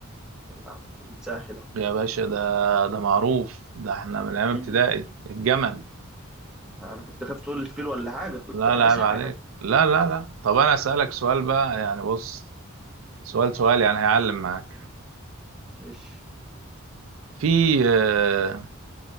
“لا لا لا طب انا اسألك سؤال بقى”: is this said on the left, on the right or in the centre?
Right